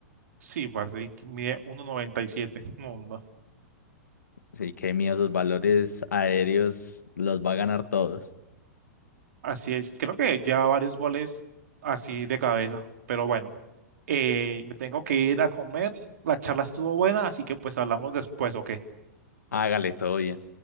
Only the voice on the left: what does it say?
Sí, qué mío, sus valores aéreos los va a ganar todos.
Hágale todo bien.